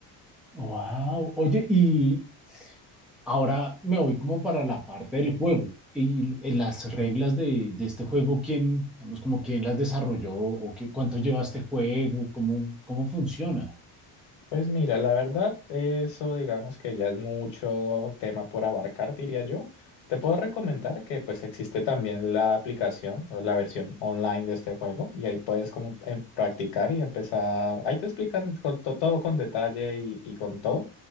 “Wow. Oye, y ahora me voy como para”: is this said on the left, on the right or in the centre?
Centre